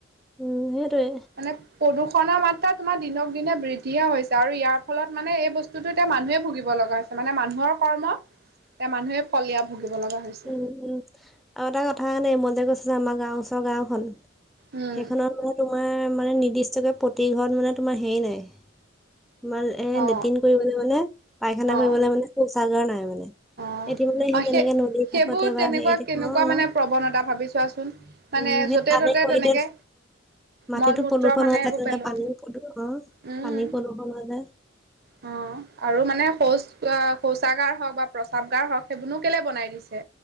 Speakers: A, in the centre; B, on the right.
A: উম সেইটোয়ে।
B: মানে প্ৰদূষণৰ মাত্ৰা তোমাৰ দিনক দিনে বৃদ্ধিয়ে হৈছে আৰু ইয়াৰ ফলত মানে এই বস্তুটো এতিয়া মানুহে ভুগিব লাগে। লগা হৈছে মানে মানুহৰ কৰ্ম। এতিয়া মানুহে ফল এয়া ভুগিব লগা হৈছে
A: উম উম আৰু এটা কথা দেই ম‌ই যে কৈছো। পিছে আমাৰ গাওঁ ওচৰৰ গাওঁ খন
B: উম
A: সেইখনত মানে তোমাৰ মানে নি। বিশ টকা প্ৰতি ঘৰত মানে তোমাৰ হেৰি নাই। তোমাৰ এ
B: অ
A: লেটিন কৰিবলৈ মানে পায়খানা
B: অ
A: কৰিবলৈ মানে শৌচাগাৰ নাই মানে।
B: অ
A: সেইটো মানে
B: অ
A: তেনেকে
B: সেই
A: নদীৰ
B: সেইবোৰ
A: কাষতে বা
B: তেনেকুৱা
A: হেৰিতে
B: কেনেকুৱা
A: অ',
B: মানে প্ৰৱণতা ভাবি চোৱাচোন। মানে
A: উম সেই
B: য'তে
A: তাৰে
B: ত'তে
A: কৰি
B: তেনেকে
A: দে। মাটিতো
B: মল মূত্ৰ
A: প্ৰদূষন
B: মানে
A: হৈ
B: এইবোৰ
A: যায় তেনে
B: পেলোৱা
A: পানী অ পানী
B: উম।
A: প্ৰদূষন হৈ যায়।
B: অ। আৰু মানে শৌচ শৌচাগাৰ হওক বা প্ৰসাদ গাৰ হওক সেইবোৰনো কেলে বনাই দিছে।